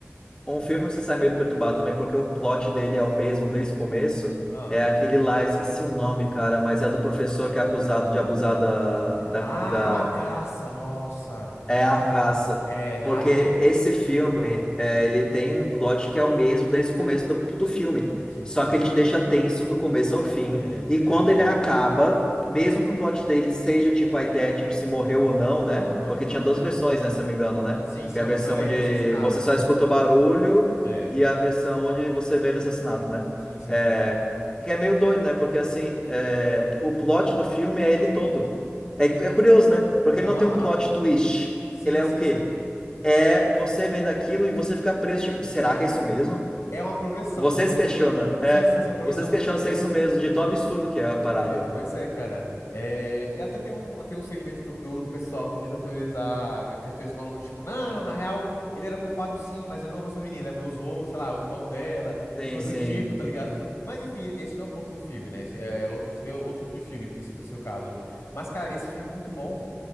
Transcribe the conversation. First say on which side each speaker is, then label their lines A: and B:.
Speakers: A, on the left; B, on the left.
A: Um filme que você sai meio perturbado também, porque o plot dele é o mesmo desde o começo.
B: Ah.
A: É aquele lá, esqueci o nome, cara, mas é do professor que é acusado de abusar da, da,
B: Ah,
A: da
B: a caça, nossa.
A: É
B: A-
A: a caça.
B: é, Hagden.
A: Porque esse filme, é, ele tem um plot que é o mesmo desde o começo do, do filme.
B: Sim,
A: Só
B: sim.
A: que ele te deixa tenso do começo ao fim.
B: É,
A: E
B: é.
A: quando ele acaba, mesmo que o plot dele seja tipo a ideia, tipo, se morreu ou não, né?
B: Aham,
A: Porque
B: aham.
A: tinha duas versões, né? Se eu me engano, né?
B: Sim, sim,
A: Que é
B: uma
A: a versão
B: versão ele, é-
A: de
B: ele é assassinado.
A: você só escuta o barulho
B: É,
A: e a versão onde você vê ele assassinado, né?
B: sim, sim,
A: É,
B: sim.
A: que é meio doido, né? Porque assim,
B: Sim.
A: é, o plot do filme é ele todo. É, é curioso, né? Porque
B: Aham,
A: ele não tem um
B: aham.
A: plot twist.
B: Sim,
A: Ele é
B: sim,
A: o quê?
B: sim.
A: É você vendo aquilo e você fica preso, tipo, será
B: É.
A: que é isso mesmo?
B: É uma progressão.
A: Você se questiona,
B: Sim,
A: é.
B: sim, sim, é uma progressão.
A: Você se questiona se é isso mesmo, de tão absurdo que é a parada.
B: É, pois é, cara. É, e até tem um, tem um segmento do, do, do pessoal que tenta teorizar aquelas teorias malucas, tipo, não, na real, ele era culpado sim, mas ele não abusou a menina, ele abusou, sei lá, o irmão dela
A: Sim,
B: e coisa
A: sim.
B: do tipo, tá ligado? Mas enfim, esse não é o ponto do filme, né? Esse é outro, seria outro tipo de filme, se fosse o caso. Mas, cara, esse filme é muito bom.